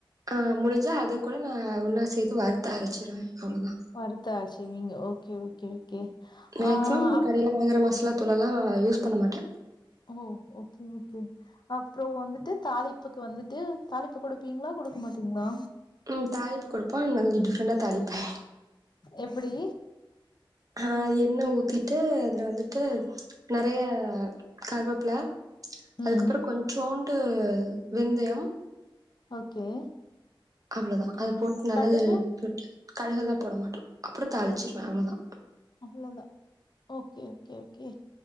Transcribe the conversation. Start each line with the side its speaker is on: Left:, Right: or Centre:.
Right: ஆ முடிஞ்சா அது கூட நா ஒன்னா சேத்து வறுத்து அரச்சிருவே. அவ்ளதா
Left: வறுத்து அருச்சுவிங்க ஓகே ஓகே ஓகே
Right: மேக்சிமம்
Left: ஆ அப்
Right: கடையில வாங்குற மசாலாத்தூள்லாம் யூஸ் பண்ண மாட்டே.
Left: ஓ ஓகே ஓகே அப்றோம் வந்துட்டு தாளிப்புக்கு வந்துட்டு தாளிப்பு குடுப்பீங்ளா குடுக்க மாட்டீங்ளா
Right: உம் தாளிப்பு குடுப்பே கொஞ்சோ டிஃப்ரண்டா தாளிப்பே.
Left: எப்டி?
Right: ஆ எண்ணெ ஊத்திட்டு அதுல வந்துட்டு நெறைய கருவேப்ல அதுக்கப்றோ
Left: ம்
Right: கொஞ்சோண்டு வெந்தயம்
Left: ஓகே
Right: அவ்ளோதா அத போட்டு நல்லா
Left: கடுகு
Right: போட்டு கடுகள்லா போட மாட்டோ அப்றோ தாளிச்சிருவே அவ்ளவுதா
Left: அவ்ளவுதா ஓகே ஓகே ஓகே